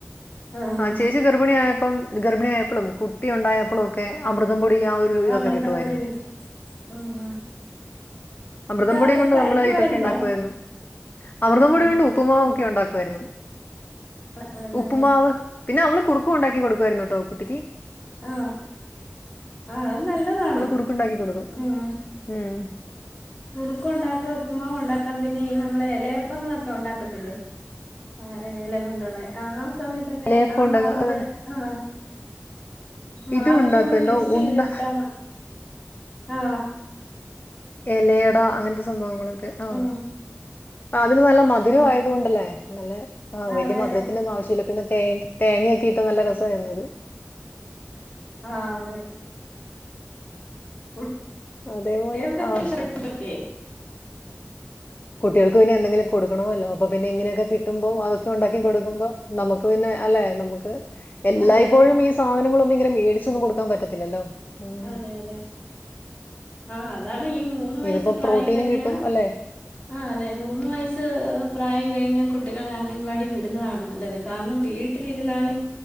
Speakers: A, on the left (about 25°); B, on the left (about 40°).
A: ആഹ്
B: ആ ചേച്ചി ഗർഭിണിയ ആയപ്പം ഗർഭിണി ആയപ്പ്ളും കുട്ടി ഉണ്ടായപ്പോള് ക്കെ അമൃതം പൊടി ആ ഒരു ഇതൊക്കെ
A: അമൃതം
B: കിട്ടുവായിരുന്നു
A: പൊടി കിട്ടും ഉം ഉം
B: അമൃതം
A: എന്നിട്ട്
B: പൊടിയും
A: അതൊക്കെ
B: കൊണ്ട്
A: കഴിക്കുവായിരുന്നോ
B: നമ്മള് ഇതൊക്കെ ഉണ്ടാക്കായിരുന്നു അമൃതം
A: ഉം
B: പൊടി
A: ഉം
B: കൊണ്ട് ഉപ്പുമാവൊക്കെ
A: പുട്ടോ
B: ഉണ്ടാക്കു ആയിരുന്നു
A: ആക്കുവായിരുന്നല്ലേ
B: ഉപ്പുമാവ് പിന്നെ നമ്മള് കുറുക്കും ഉണ്ടാക്കി കൊടുക്കുവായിരുന്നു ട്ടോ കുട്ടിക്ക്
A: ആഹ് ആഹ് ആഹ് അത് നല്ലതാണ്.
B: അവള് കുറുക്കുണ്ടാക്കി കൊടുക്കും
A: ഉം
B: ഉം
A: കുറുക്ക് ഉണ്ടാക്കാം ഉപ്പ്മാവ് ഉണ്ടാക്കാം പിന്നെ ഈ നമ്മളെ എലയപ്പങ്ങളൊക്കെ ഉണ്ടാക്കത്തില്ലേ അതെ ഇല കൊണ്ടുള്ള ആ സമയത്തൊക്കെ
B: ഇലയപ്പം
A: ആ
B: ഉണ്ടാക്കും
A: മാവിൻ കൂടെ ആ മാവിന്റെ
B: ഇത് ഉണ്ടാക്കും
A: കൂടെ
B: എന്തോ
A: മിക്സ് ചെയ്ത്
B: ഉണ്ട
A: ഇട്ടാ മതി ആ
B: എലേട അങ്ങനെ സംഭവങ്ങളൊക്കെ ആ
A: ഉം
B: ആഹ് അതിന് നല്ല മധുരം
A: ഉം
B: ആയതുകൊണ്ടല്ലേ നല്ല
A: അതെ
B: വലിയ മധുരത്തിന്റെ
A: അതെ
B: ഒന്നു ആവശ്യമില്ല പിന്നെ തേ തേങ്ങയക്കൊയിട്ട് നല്ല രസവാരുന്നത്
A: ആഹ് അതെ <inaudible>
B: അതേപോലെ
A: <inaudible>
B: ആഹ് കുട്ടികൾക്ക് പിന്നെ എന്തെങ്കിലും കൊടുക്കണ വല്ലോ അപ്പ പിന്നെ ഇങ്ങനെയൊക്കെ കിട്ടുമ്പോ അതൊക്കെ ഉണ്ടാക്കി കൊടുക്കുമ്പം നമുക്ക് പിന്നെ അല്ലെ നമുക്ക് എല്ലായ്പ്പോഴും
A: അതെ അതെ
B: ഈ സാധനങ്ങൾ ഇങ്ങനെ മേടിച്ചൊന്നും കൊടുകാൻ പറ്റത്തില്ലല്ലോ ഉം
A: അതെ അതെ ആഹ് അ അതാണ് മൂന്നു വയസ്സ്
B: ഇതിപ്പോ
A: പ്രായം
B: പ്രോട്ടീനും
A: കഴിഞ്ഞാൽ
B: കിട്ടും അല്ലെ
A: ആഹ് അതെ മൂന്ന് വയസ്സ് പ്രായം കഴിഞ്ഞൽ കുട്ടികളെ അംഗൻവാടി വിടുന്നതാണ് നല്ലത് കാരണം വീട്ടിലിരുന്നാലും